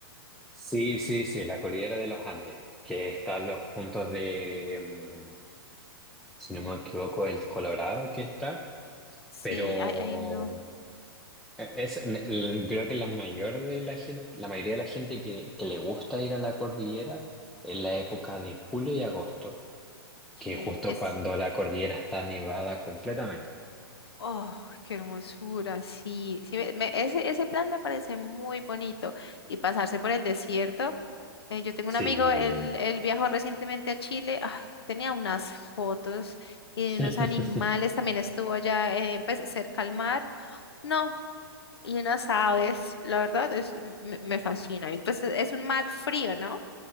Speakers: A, in the centre; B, on the left.
A: Sí, sí, sí, la cordillera de los Andes, que están los puntos de, mm, si no me equivoco, el Colorado que está,
B: Sí,
A: pero
B: ahí ahí no.
A: eh, es, el- creo que la mayor de la gente, la mayoría de la gente que, que le gusta ir a la cordillera es la época de julio y agosto,
B: Ok.
A: que es justo
B: Es,
A: cuando la cordillera está nevada completamente.
B: Oh, qué hermosura, sí. sí, me- me- ese, ese plan me parece muy bonito. Y pasarse por el desierto. eh, yo tengo
A: Sí.
B: un amigo, él, él viajó recientemente a Chile. ay, tenía unas fotos y
A: <laughs>
B: unos animales. También estuvo allá eh, pues, cerca al mar. No, y unas aves. La verdad, es, me, me fascina. Y pues es un mar frío, ¿no?